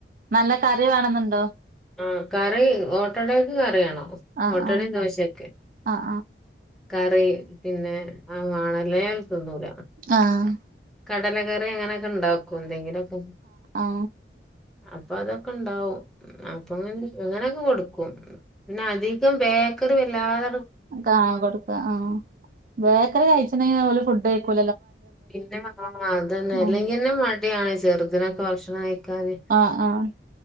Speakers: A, on the right; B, in the centre.
A: നല്ല കറി വേണെന്ന്ണ്ടോ
B: ആ കറി ഓട്ടടേക്ക് കറിയാണം
A: ആഹ്
B: ഓട്ടടിം
A: ആഹ്
B: ദോശ്യോക്കെ
A: ആഹ്
B: കറി പിന്നെ ആ വാണല്ലെ ഞാൻ ത് ന്നൂല
A: ആഹ് ആഹ്
B: കടലകറി അങ്ങനൊക്കെ ണ്ടാക്കും ന്തെങ്കിലൊക്കെ
A: ആ
B: അപ്പ അതൊക്കെ ണ്ടാവും അപ്പങ്ങന ക്കെ കൊടുക്കും പിന്നെ അധികം ബേക്കറി വല്ലാത
A: കാ കൊട്ക്കാ ആ ബേക്കറി കഴിച്ചിന്നേൽ ഓല് ഫുഡ് കഴക്കൂ
B: പിന്നെ ആ അതന്നെ അല്ലെങ്കിന്നെ
A: ഉം
B: മടിയാണ് ചെർ ഇത്നൊക്കെ ഭക്ഷണം കഴക്കാന്
A: ആഹ് ആഹ്